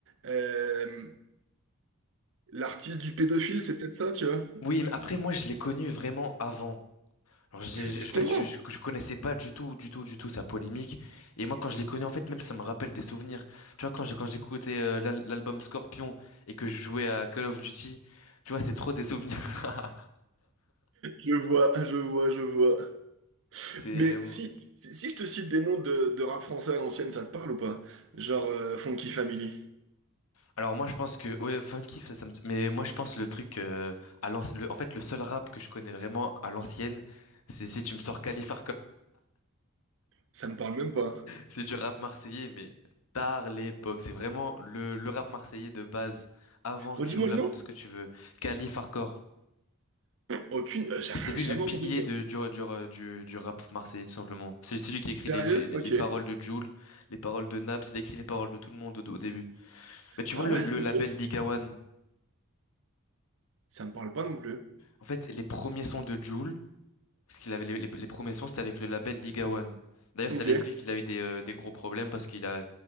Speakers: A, on the right; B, on the left.
A: euh, l'artiste du pédophile, c'est peut-être ça, tu vois.
B: Oui, mais après, moi, je l'ai connu vraiment avant. Alors, j'ai, j'ai-
A: Je
B: en
A: comprends.
B: fait, je, je, je connaissais pas du tout, du tout, du tout sa polémique. Et moi, quand je l'ai connu, en fait, même ça me rappelle des souvenirs. Tu vois, quand j'ai, quand j'écoutais euh, l'al- l'album Scorpion et que je jouais à Call of Duty, tu vois, c'est trop des souvenirs. <laughs>
A: Je vois, je vois, je vois.
B: C'est.
A: Mais
B: euh,
A: si, si, si je te cite des noms de, de rap français à l'ancienne, ça te parle ou pas? Genre euh, Funky Family.
B: Alors moi je pense que ouais funky ça, ça me mais moi je pense le truc euh, à l'anci- le- en fait le seul rap que je connais vraiment à l'ancienne c'est si tu me sors Calif
A: Ça me parle même pas.
B: C'est du rap marseillais, mais tard l'époque. C'est vraiment le, le rap marseillais de base, avant
A: Redis-moi
B: Jul,
A: le nom?
B: avant tout ce que tu veux. Khalif Hardcore.
A: Aucune. euh, J'ai rien-
B: C'est lui
A: jamais
B: le pilier
A: entendu ça.
B: de, du, du, du, du rap marseillais, tout simplement. C'est c'est lui qui écrit
A: Sérieux?
B: les, les, les
A: Ok.
B: paroles de Jul, les paroles de Naps, il écrit les paroles de tout le monde au, au début. Mais tu
A: Ah
B: vois le,
A: ouais?
B: le
A: Ok.
B: label Liga One.
A: Ça me parle pas non plus.
B: En fait, les premiers sons de Jul, Parce qu'il avait les, les, les premiers sons, c'était avec le label Liga One. D'ailleurs,
A: Ok.
B: c'est avec lui qu'il avait des, euh, des gros problèmes parce qu'il a,